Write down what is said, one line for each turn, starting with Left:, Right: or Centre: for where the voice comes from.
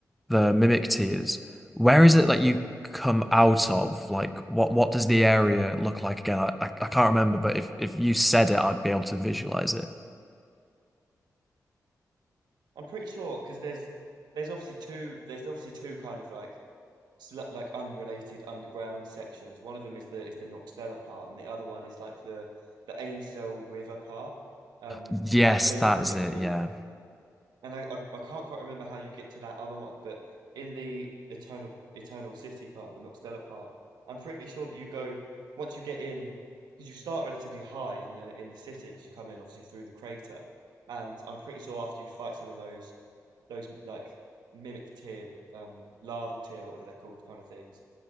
Centre: the mimic tiers. Where is it that you come out of? Like what what does the area look like again? I, I, I can't remember, but if if you said it, I'd be able to visualize it.
Right: I'm pretty sure because there's there's obviously two there's obviously two kind of like sl- like like, unrelated underground sections. One of them is the is the Noxtella part, and the other one is like the the Ainsel River part, um,
Centre: Yes,
Right: where
Centre: that
Right: you can
Centre: is
Right: get
Centre: it.
Right: to.
Centre: Yeah.
Right: And I, I I can't quite remember how you get to that other one, but in the Eternal Eternal City part, the Noxtella part, I'm pretty sure that you go once you get in because you start relatively high in the in the city because you come in obviously through the crater, and I'm pretty sure after you fight some of those those like mimic tier um larval tier whatever they're called kind of things